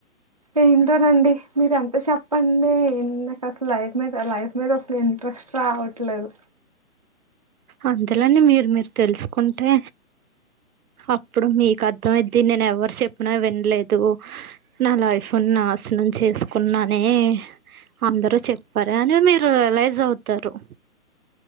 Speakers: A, on the right (about 30°); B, on the right (about 75°).
A: ఏంటోనండి మీరు ఎంత చెప్పండి నాకు అసలు లైఫ్ మీద లైఫ్ మీద అసలు ఎ ట్రెస్ట్ రావట్లేదు
B: అందులేని మీరు మీరు తెలుసుకుంటే అప్పుడు మీకు అర్థంమైది నేను ఎవరు చెప్పినా వినలేదు నా లైఫ్ నాశనం చేసుకో చెకున్నాని అందరు చెప్పారు అని మీరు రియలైజ్ అవుతారు